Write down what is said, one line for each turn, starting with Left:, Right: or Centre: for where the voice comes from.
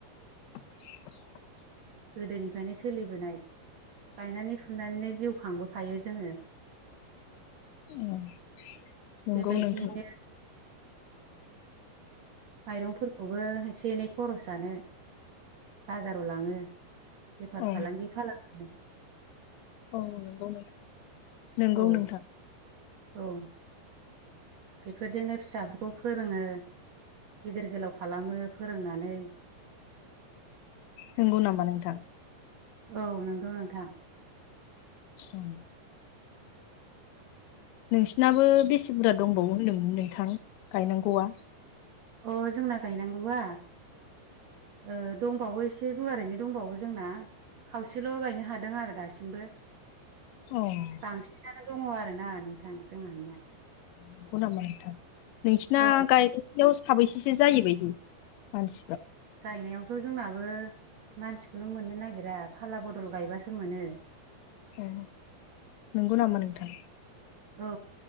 Left: <unintelligible>
Right: गोदोनिफ्रायनो सोलिबोनाय गायनानै फुनानैनो जिउ खांबोखायो जोङो।
Left: उम नंगौ
Right: बेबायदियैनो
Left: नोंथां।
Right: माइरंफोरखौबो एसे एनै खरस जानो बाजाराव लाङो बेफार
Left: औ
Right: फालांगि खालामनो
Left: औ नंगौ नोंथां नंगौ
Right: औ
Left: नोंथां
Right: औ बेफोरजोंनो फिसाफोरखौ फोरोङो गिदिर गोलाव खालामो फोरोंनानै
Left: नोंगौ नामा नोंथां
Right: औ नंगौ नोंथां
Left: औ नोंसिनाबो बेसे बुरजा दंबावो होनदोंमोन नोंथां गायनांगौआ
Right: अ जोंना गायनांगौआ ओ दंबावो एसे गुवारैनो दंबावो जोंना खावसेल' गायनो हादों आरो दासिमबो
Left: अ
Right: बांसिनानो दङ आरोना नोंथां जोंहानिया
Left: नंगौ नामा नोंथां नोंसिना
Right: औ
Left: गायनायफोराव साबैसेसो जायोबायदि? मानसिफ्रा
Right: गायनायावथ' जोंनाबो मानसिखौनो मोननो नागिरा फाला बदल गायबासो मोनो
Left: ए नंगौ नामा नोंथां
Right: औ